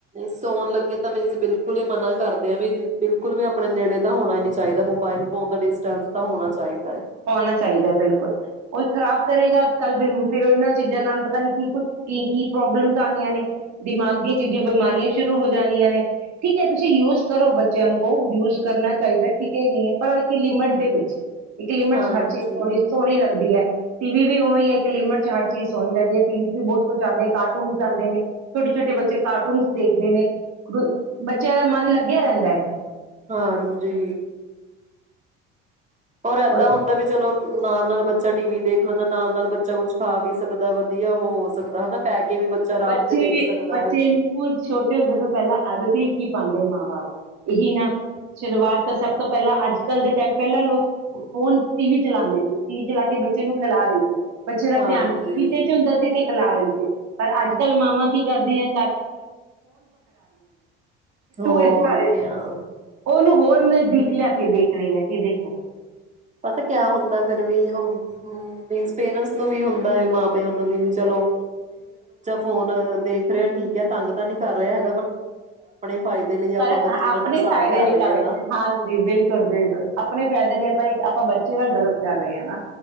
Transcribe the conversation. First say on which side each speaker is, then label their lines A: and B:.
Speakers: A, on the right; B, on the right.
A: ਸੋਣ ਲੱਗੇ ਤਾਂ ਮੀਨਸ ਬਿਲਕੁਲ ਹੀ ਮਨਾ ਕਰਤਾ ਬਿਲਕੁਲ ਵੀ ਆਪਣੇ ਨੇੜੇ ਤਾਂ ਹੋਣਾ ਨਹੀਂ ਚਾਹੀਦਾ ਮੁਬਾਇਲ ਫੋਨ ਦਾ ਡਿਸਟੈਂਸ ਤਾਂ ਹੋਣਾ ਚਾਹੀਦਾ ਹੈ।
B: ਹੋਣਾ ਚਾਹੀਦਾ ਬਿਲਕੁਲ ਉਹ ਖਰਾਬ ਕਰੇਗਾ। ਕੱਲ ਦਿਨ ਚ ਇਹਨੂੰ ਚੀਜ਼ਾਂ ਨਾਲ ਪਤਾ ਨਹੀਂ ਕੀ ਕੀ ਪ੍ਰੋਬਲਮ ਆਉਣੀਆ ਨੇ ਦਿਮਾਗੀ ਚੀਜ ਬਿਮਾਰੀਆਂ ਸ਼ੁਰੂ ਹੋ ਜਾਣੀਆਂ ਨੇ ਠੀਕ ਹੈ, ਤੁਸੀਂ ਯੂਜ ਕਰੋ ਬੱਚਿਆਂ ਨੂੰ ਕਹੋ ਯੂਜ ਕਰਨਾ ਚਾਹੀਦਾ ਠੀਕ ਏ ਨਹੀ ਏ ਪਰ ਇੱਕ ਲਿਮਿਟ ਦੇ ਵਿੱਚ ਇਕ ਲਿਮਿਟ
A: ਹਾਂਜੀ,
B: ਵਿੱਚ ਹਰ ਚੀਜ ਇਹ ਸੋਹਣੀ ਲਗਦੀ ਐ ਟੀਵੀ ਵੀ ਔਵੇ ਇੱਕ ਲਿਮਿਟ ਚ ਹਰ ਚੀਜ ਸੋਹਣੀ ਲੱਗਦੀ ਹੈ, ਟੀਵੀ ਚ ਵੀ ਬਹੁਤ ਕੁਝ ਆਉਂਦਾ ਹੈ, ਕਾਰਟੂਨਸ ਆਉਦੇ ਨੇ ਛੋਟੇ ਛੋਟੇ ਬੱਚੇ ਕਾਰਟੂਨਸ ਦੇਖਦੇ ਨੇ ਬੱਚਿਆਂ ਦਾ ਮਨ ਲੱਗਿਆ ਰਹਿੰਦਾ।
A: ਹਾਂਜੀ ਔਰ ਐਦਾ
B: ਉਹ
A: ਹੁੰਦਾ ਵੀ ਚਲੋ। ਮਾਂ ਨਾਲ ਬੱਚਾ ਟੀਵੀ ਦੇਖ ਲੈਂਦਾ ਮਾਂ ਨਾਲ ਬੱਚਾ ਕੁਝ ਖਾ ਵੀ ਸਕਦਾ ਵਧੀਆ ਹੋ ਸਕਦਾ ਹਨਾ ਕੇ ਵੀ ਬੱਚਾ ਆਰਾਮ
B: ਬੱਚੇ
A: ਤੇ ਦੇਖ ਸਕਦਾ
B: ਬੱਚੇ
A: ਹੈ।
B: ਨੁੰ ਛੋਟੇ ਹੁੰਦੇ ਤੋਂ ਪਹਿਲਾ ਆਦਤ ਹੀ ਪਾਉਂਦੇ ਆ ਮਾਂ ਬਾਪ ਐਹੀ ਨਾ ਸ਼ੁਰੂਆਤ ਤਾਂ ਸਭ ਤੋ ਪਹਿਲਾ ਅੱਜ ਕੱਲ ਦੇ ਟਾਈਮ ਪਹਿਲਾਂ ਲੋਕ ਫੋਨ ਟੀਵੀ ਚਲਾਉਂਦੇ ਸੀ ਟੀਵੀ ਚਲਾ ਕੇ ਬੱਚੇ ਨੂੰ ਸਲਾ ਰਹੇ ਤੇ ਬੱਚੇ ਦਾ
A: ਹਾਂਜੀ,
B: ਧਿਆਨ ਟੀਵੀ ਵਿੱਚ ਹੁੰਦਾ ਸੀ ਤੇ ਅਲਾਰਮ ਤੇ ਅਜਕੱਲ ਮਾਵਾਂ ਕੀ ਕਰਦਿਅਂਆ
A: ਹੋਰ
B: <unintelligible>
A: ਕਿਆ।
B: ਓਨੂੰ ਹੋਰ ਨਜ਼ਦੀਕ ਲਿਆ ਕਰ ਦੇਖ ਰਹੇ ਹੈ ਕਿ ਦੇਖੋ
A: ਪਤਾ ਕਿਆ ਹੋਂਦਾ, ਫਿਰ ਵੀ ਪੇਰੈਂਟਸ ਨੂੰ ਵੀ ਹੋਂਦਾ ਮਾਂ ਪਿਓ ਨੂੰ ਵੀ ਬੱਚਾ ਚਲੋ ਫੋਨ ਦੇਖ ਰਿਹਾ ਹੈ ਠੀਕ ਹੈ ਤੰਗ ਤਾ ਨੀ ਕਰ ਰਿਹਾ। ਫਾਇਦੇ ਲਈ
B: ਪਰ
A: ਆਪਾਂ ਬੱਚੇ
B: ਆਪਣੇ
A: ਦਾ ਨੁਕਸਾਨ
B: ਫਾਇਦੇ ਲਈ
A: ਰਹੇ
B: ਕਰ
A: ਹਾਂ
B: ਰੱਖਿਆ,
A: ਨਾ
B: ਹਾਂਜੀ ਬਿਲਕੁਲ ਬਿਲਕੁਲ ਆਪਣੇ ਫਾਇਦੇ ਲਈ। ਆਪਾਂ ਇਕ ਆਪਾਂ ਬੱਚੇ ਨੇ ਗਲਤ ਕਰ ਰਹੇ ਹਾਂ ਨਾ।